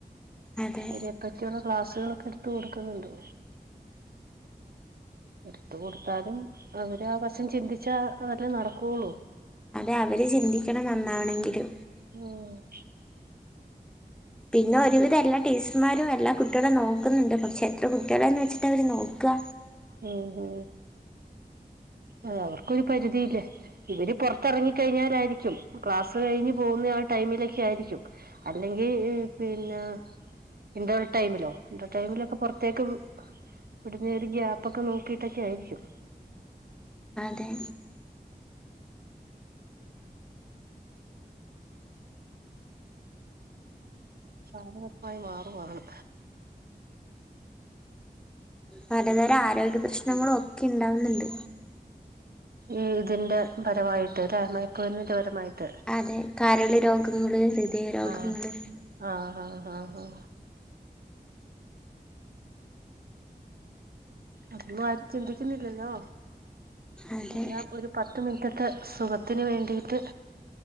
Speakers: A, in the centre; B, on the right (about 70°).
A: അതെ
B: അതിനെപ്പറ്റിയുള്ള ക്ലാസ്സുകളൊക്കെ എടുത്ത് കൊടുക്കുന്നുണ്ട്. എടുത്ത് കൊടുത്താലും അവര് ആ വശം ചിന്തിച്ചാലല്ലേ നടക്കുള്ളൂ.
A: അതെ അവര് ചിന്തിക്കണം നന്നാവണെങ്കില്
B: ഉം
A: പിന്നെ ഒരുവിധം എല്ലാ ടീച്ചർമാരും എല്ലാ കുട്ടികളേം നോക്കുന്നുണ്ട് പക്ഷേ എത്ര കുട്ടികളെന്ന് വെച്ചിട്ടാ അവര് നോക്കാ.
B: ഉം ഉ അതാവർക്കൊരു പരിധിയില്ലേ ഇവര് പുറത്തിറങ്ങി കഴിഞ്ഞാലായിരിക്കും ക്ലാസ്സ് കഴിഞ്ഞ് പോകുന്ന ആ ടൈമിലൊക്കെ ആയിരിക്കും. അല്ലെങ്കി പിന്നെ ഇന്റർ ടൈമിലോ ഇന്റർടൈമിലൊക്കെ പുറത്തേക്ക് വിടുന്ന ഒര് ഗ്യാപ്പ് പ്പൊക്കെ നോക്കിയിട്ടൊക്കെയായിരിക്കും.
A: അതെ
B: കാലഘട്ടമായി മാറുവാണ്
A: പലതരം ആരോഗ്യ പ്രശ്നങ്ങളൊക്കെ ഇണ്ടാവുന്നുണ്ട്.
B: ഈ ഇതിന്റെ പരമായിട്ട് ല്ലെ മയക്ക്മരുന്നിന്റെ പരമായിട്ട്
A: അതെ കരള് രോഗങ്ങള് ഹൃദയ രോഗങ്ങള്
B: ആഹ് ആഹ് ഹാ ഹാ ഹാ ഹാ അതൊന്നും ആരും ചിന്തിക്കുന്നില്ലല്ലോ.
A: അതെ
B: എല്ലാം ഒരു പത്ത് മിനിറ്റത്തെ സുഖത്തിന് വേണ്ടിയിട്ട്